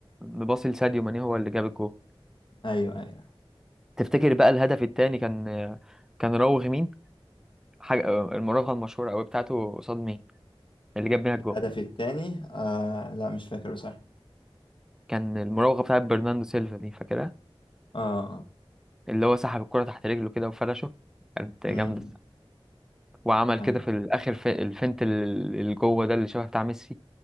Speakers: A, in the centre; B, on the left (about 55°).
A: مباصي لساديو ماني هو اللي جاب الجول
B: ايوه ايوه
A: تفتكر بقى الهدف التاني كان كان راوغ مين؟ حاجة المراوغة المشهورة أوي بتاعته قصاد مين؟ اللي جاب بيها الجول
B: الهدف التاني آه لا مش فاكر بصراحه
A: كان المراوغة بتاعت برناردو سيلفا دي فاكرها؟
B: اه اه
A: اللي هو سحب الكرة تحت رجله كده وفرشه كانت
B: امم
A: جامدة وعمل
B: ايوه
A: كده في الآخر في الفنت ال- اللي جوه ده اللي شبه بتاع ميسي